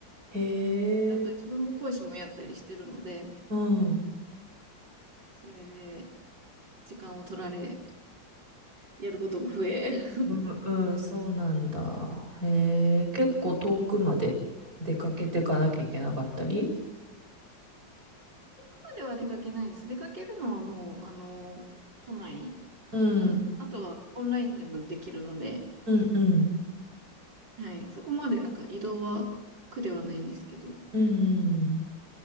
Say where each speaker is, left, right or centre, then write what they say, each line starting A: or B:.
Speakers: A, on the right; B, on the right.
A: へえ。
B: であと自分も講師もやったりしてるので、
A: うん。
B: それで時間を取られ、やることも増え。<laughs>
A: うんうん、そうなんだ。へえ、結構遠くまで出かけていかなきゃいけなかったり
B: までは出かけないです。出かけるのはもう、あの、都内
A: うん、
B: なん、あとはオンラインでもできるので、
A: うん、うん、
B: はい、そこまでなんか移動は苦ではないんですけど、
A: うん。